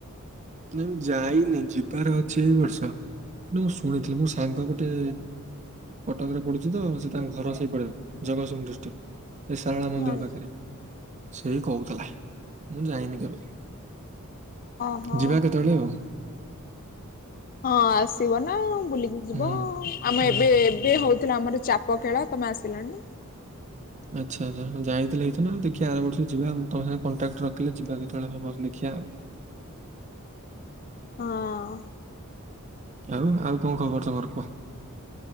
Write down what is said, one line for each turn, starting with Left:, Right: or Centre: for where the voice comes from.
Right: ନାଇଁ ମୁଁ ଯାଇନି ଯିବାର ଅଛି ଏଇ ବର୍ଷ। କିନ୍ତୁ ମୁଁ ଶୁଣିଥିଲି ମୋ ସାଙ୍ଗ ଗୋଟେ। କଟକ ରେ ପଡୁଛି ତ ସେ ତାଙ୍କ ଘର ସେଇ ପଟରେ ଜଗତସିଂହ ପୁର ଡିଷ୍ଟିକ୍। ଏ ଶାରଳା ମନ୍ଦିର
Left: ହଁ
Right: ପାଖରେ ସେଇ କହୁଥିଲା ମୁଁ ଯାଇନି କେବେ।
Left: ଓହୋ।
Right: ଯିବା କେତେବେଳେ ଆଉ।
Left: ହଁ ଆସିବ ନା ବୁଲିକି ଯିବ
Right: ହୁଁ ହୁଁ।
Left: ଆମ ଏବେ ଏବେ ହଉଥିଲା ଆମର ଚାପ୍। ପ ଖେଳ ତମେ ଆସିଲନି।
Right: ଆଚ୍ଛା ଆଚ୍ଛା ଯାଇଥିଲେ ହେଇଥାନ୍ତା ଦେଖିଆ ଆର ବର୍ଷ କୁ ଯିବା ମୁଁ ତମ ସାଙ୍ଗ କଣ୍ଟାକ୍ଟ ରଖିଲେ ଯିବା କେତେବେଳେ ହବ ଦେଖିବା ଆଉ।
Left: ହଁ
Right: <inaudible> ଆଉ ଆଉ କଁ ଖବର ତମର କୁହ।